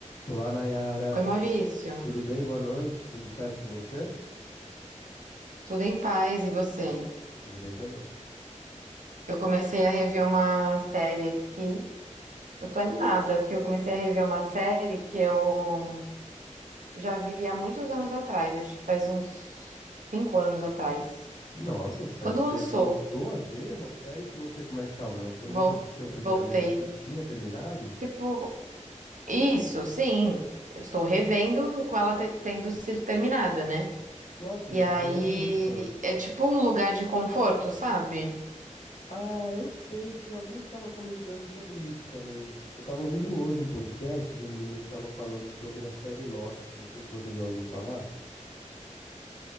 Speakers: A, on the left; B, on the right.
A: Olá, Nayara.
B: Oi, Maurício.
A: Tu- Tudo bem? Boa noite. Tudo certo com você?
B: Tudo em paz e você?
A: Tudo bem também.
B: Eu comecei a rever uma série aqui. Eu tô animada, porque eu comecei a rever uma série que eu já vi há muitos anos atrás, acho que faz uns cinco anos atrás.
A: Nossa, sério,
B: Quando
A: você
B: lançou,
A: voltou a ver uma série que você. Mas calma, mas quando você
B: vol-
A: assistiu a primeira
B: voltei.
A: vez, você tinha terminado?
B: Tipo, isso, sim. Eu estou revendo com ela te- tendo sido terminada, né?
A: Nossa,
B: E
A: mas
B: aí
A: então você é muito fã.
B: é tipo um lugar de conforto, sabe?
A: Ah, eu sei, tinha alguém que tava comentando sobre isso também. Eu tava ouvindo hoje um podcast de um menino que tava falando sobre a série Lost. Não sei se você já ouviu falar.